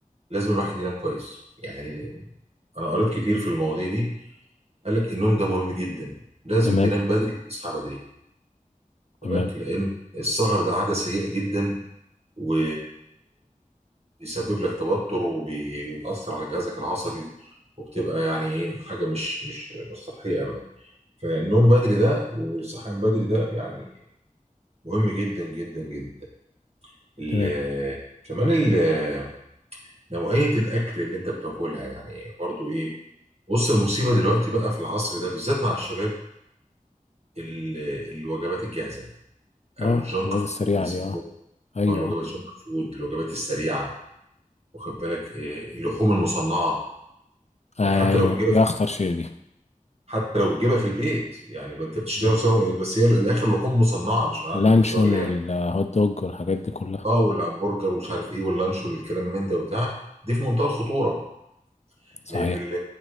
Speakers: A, on the right; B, on the left.
A: لازم الواحد ينام كويس يعني أنا قريت كتير في المواضيع دي قال لك النوم ده مهم جدا لازم
B: تمام
A: تنام بدري تصحى بدري ولكن
B: تمام
A: لأن السهر ده عادة سيئة جدا و بيسبب لك توتر وبيأثر على جهازك العصبي وبتبقى يعني ايه حاجه مش مش مش صحيه ابدا فالنوم بدري ده والصحيان بدري ده يعني مهم جدا جدا جدا ال-
B: تمام
A: كمان ال- نوعيه الاكل اللي انت بتاكلها يعني برضو ايه بص المصيبه دلوقتي بقى في العصر ده بالذات مع الشباب ال- الوجبات الجاهزه
B: اه
A: او الجانك
B: الواد
A: فود
B: السريعة
A: بيسموها
B: دي اه ايوه
A: أو الوجبات الجانك فود الوجبات السريعه واخد بالك إيه، اللحوم المصنعه
B: آه.
A: يعني حتى
B: ايوه
A: لو بتجيبها
B: دي اخطر شيء دي
A: حتى لو بتجيبها في البيت يعني ب- انت بتشتريها
B: مم.
A: مسوي يعني بس هي الاخر لحوم مصنعه مش من عند
B: اللانشون
A: الجزار اللي
B: والهوت
A: هي
B: دوج والحاجات دي كلها
A: اه والهمبرجر ومش عارف ايه واللانش والكلام من ده وبتاع دي في منتهى الخطوره
B: صحيح
A: لان ال-